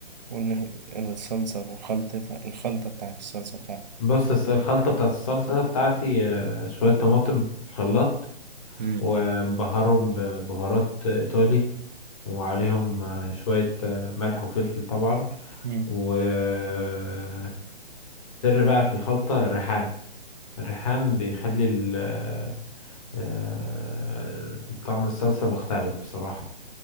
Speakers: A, on the right; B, on the left.
A: قول لي الصلصة وخلطتها الخلطة بتاعت الصلصة بتاعتها
B: بص الس- الخلطة بتاعت الصلصة بتاعتي آه، شوية طماطم في الخلاط
A: مم.
B: ومبهرهم ببهارات إيطالي وعليهم آه، شوية آه، ملح وفلفل طبعا
A: مم.
B: والسر بقى في الخلطة الريحان الريحان بيخلي ال- آه، آه، طعم الصلصة مختلف بصراحة